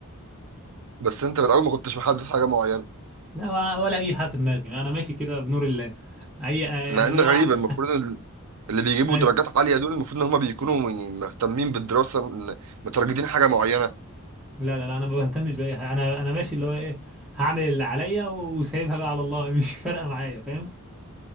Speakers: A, on the right; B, in the centre.
A: بس انت من الاول ما كنتش محدد حاجه معينه
B: لا ولا ولا اي حاجه في دماغي انا ماشي كده بنور الله اي آه يعني
A: مع ان
B: اللي هو
A: غريبه
B: اعمل
A: المفروض ال- اللي بيجيبوا
B: اي
A: درجات عاليه دول المفروض ان هم بيكونوا يعني مهتمين بالدراسه م- مترجتين حاجه معينه
B: لا لا لا انا ما بهتمش باي حاجه انا انا ماشي اللي هو ايه هعمل اللي عليا وسايبها بقى على الله <laughs> مش فارقه معايا فاهم